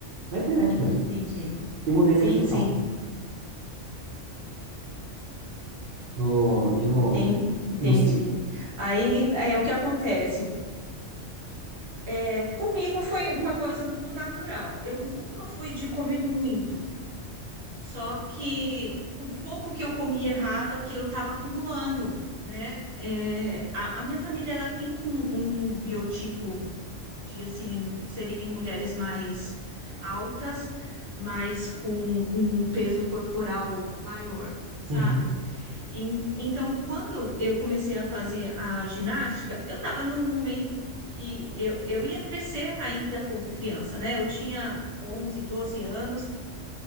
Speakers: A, on the right; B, on the right.
A: na internet mesmo,
B: entendi.
A: e mudei
B: Sim,
A: a alimentação.
B: sim,
A: No, e no,
B: Enten- entendi.
A: no... se-
B: Aí é o que acontece. É, comigo foi uma coisa muito natural. Eu nunca fui de comer muito, só que o pouco que eu comi errado, aquilo eu estava acumulando né? É, a, a minha família ela tem um, um biotipo de assim serem mulheres mais altas, mas com um peso corporal maior, sabe?
A: Uhum,
B: E, então, quando eu comecei a fazer a ginástica, eu estava num momento que eu, eu ia crescer ainda como criança, né? Eu tinha 11, 12 anos,